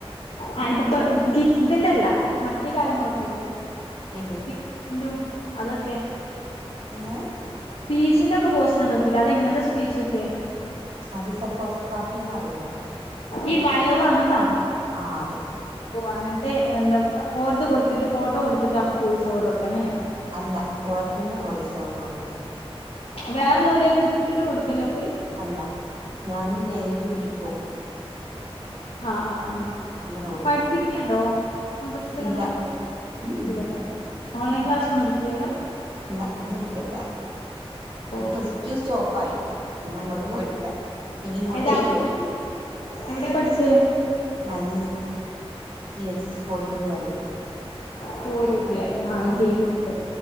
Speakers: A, on the left; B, on the right.
A: അ ഇത് <inaudible> കിച്ച് ഇതിന്റെ അല്ല മറ്റേ കാര്യങ്ങളൊക്കെ ഇല്ലേ
B: ഏത്
A: സ്പീക്കിന്റോം അതൊക്കെ.
B: എങ്ങനെ?
A: സ്പീച്ചിന്റെ ക്കെ പോസ്റ്റ്‌ അന്ന് കൊടുത്തിലെ അതെങ്ങൻത്തെ സ്പീച്ചൊക്കെ?
B: അത് സഫോസ കാഫി നെ അറിയോ?
A: ഈ വയള് അങ്ങൻത്താണോ
B: ആ അതെ
A: ഓ അങ്ങനത്തെ എന്താ ഓർത്ത കൊട് കൊടുത്തിട്ട് ഫോട്ടോ കൊടുത്തിട്ട് വോയിസൊവർ കൊടുക്ക അ ങ്ങനെണോ?
B: അല്ല ഓര് തന്നെ വോയിസ് ഓവർ കൊടുക്കും
A: വേറെ ലോല്ലനെ ഇട്ത്തിട്ട് കൊടുക്കല്ലെപയ്.
B: അല്ല ഞാന് ലേവ് പിടിക്കും.
A: ആ ആ അങ്ങനെ
B: അങ്ങനെ കൊടുക്കും
A: പഠിപ്പിക്കണ്ടോ മദ്രസൽ
B: ഇല്ല
A: അങ്ങനെ എന്തേലും?
B: ഉം
A: ഇല്ലല്ലേ ഓൺലൈൻ
B: ഉം
A: ക്ലാസ് ഒന്നും എടുക്കില്ലല്ലോ?
B: ഇല്ല ഒന്നും ഇടുക്കലില്ലാ.
A: ഓ
B: പ്ലസ് ടു സ്റ്റോപ്പായി പിന്നെ അങ്ങോട്ട് പോയിട്ടില്ല. പിന്നെ ഇങ്ങോട്ടന്നെ
A: ഏതാ
B: ഒള്ളൂ.
A: എവിടെ പഠിച്ചെ?
B: ഞാന് സി എച്ച് എസ് പോരൂർ പറയും.
A: പോരൂർ ല്ലേ ആ
B: ആഹ്
A: കേട്ടിട്ടില്ല.